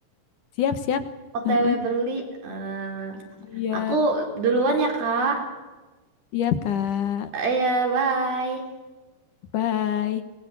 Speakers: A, on the left; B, on the right.
A: Siap, siap.
B: OTW
A: Heeh.
B: beli. eh
A: Iya,
B: Aku duluan ya, Kak.
A: siap, Kak.
B: Eh, Ya, bye.
A: Bye.